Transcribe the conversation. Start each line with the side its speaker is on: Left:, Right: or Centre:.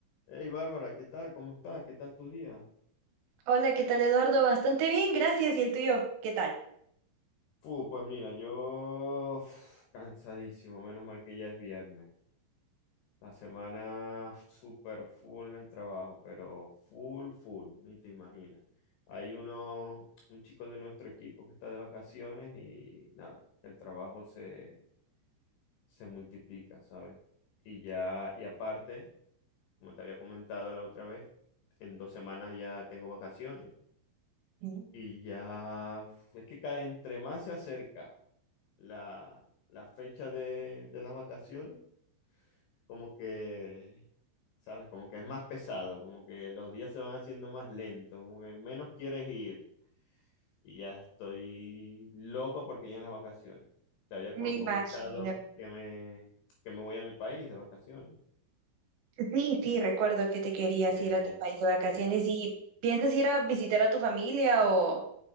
Left: Hey Bárbara, ¿qué tal? ¿Cómo estás? ¿Qué tal tu día?
Right: Hola, ¿qué tal, Eduardo? Bastante bien, gracias. ¿Y el tuyo? ¿Qué tal?
Left: Fu, pues mira, yo uf, cansadísimo, menos mal que ya es viernes. La semana súper full en el trabajo, pero full, full, ni te imaginas. Hay uno, un chico de nuestro equipo que está de vacaciones y nada, el trabajo se, se multiplica, ¿sabes? Y ya, y aparte, como te había comentado la otra vez, en dos semanas ya tengo vacaciones.
Right: Ujú.
Left: Y ya es que cada, entre más se acerca la, la fecha de, de las vacaciones, como que, ¿sabes? Como que es más pesado, como que los días se van haciendo más lentos, como que menos quieres ir. Y ya estoy loco porque llegan las vacaciones. Te había
Right: Me
Left: con-
Right: imagino.
Left: comentado que me, que me voy a mi país de vacaciones.
Right: Sí, sí, recuerdo que te querías
Left: Eh,
Right: ir a tu país de vacaciones
Left: sí.
Right: y piensas ir a visitar a tu familia o...